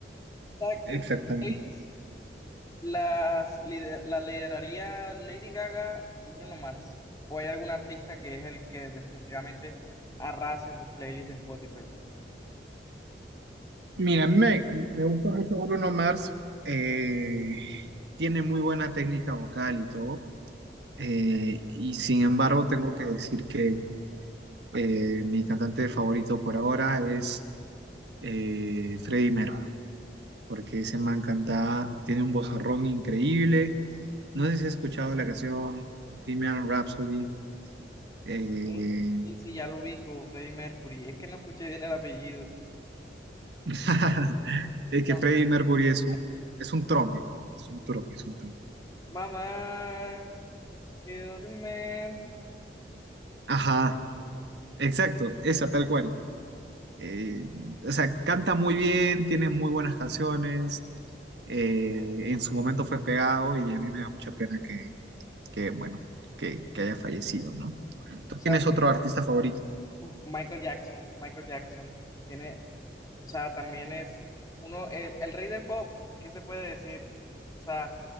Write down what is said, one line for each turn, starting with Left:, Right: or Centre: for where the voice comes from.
Left: O sea,
Right: exactamente.
Left: que en tus playlists las lider- la lideraría Lady Gaga y Bruno Mars. ¿O hay algún artista que es el que definitivamente arrasa en tus playlists de Spotify, por ejemplo?
Right: Mira, a mí me, me gusta mucho Bruno Mars, eh, tiene muy buena técnica vocal y todo, eh, y sin embargo tengo que decir que eh, mi cantante favorito por ahora es eh, Freddie Mercury, porque ese man canta, tiene un vozarrón increíble. No sé si has escuchado la canción Bohemian Rhapsody. eh,
Left: Ok, sí, sí, ya lo ubico, Freddie Mercury. Es que no escuché bien el apellido.
Right: <laughs> es que
Left: Entonces,
Right: Freddie Mercury es un, es un trome, es un trome, es un trome
Left: mamá, just killed a man.
Right: Ajá,
Left: O
Right: exacto, esa tal cual. Eh, o sea, canta muy bien, tiene muy buenas canciones. eh, en su momento fue pegado y a mí me da mucha pena que, que, bueno, que, que haya fallecido, ¿no? ¿Tú
Left: sea,
Right: tienes otro artista favorito?
Left: Uf, Michael Jackson, Michael Jackson tiene, o sea, también es uno, el, el rey del pop, ¿qué se puede decir? O sea,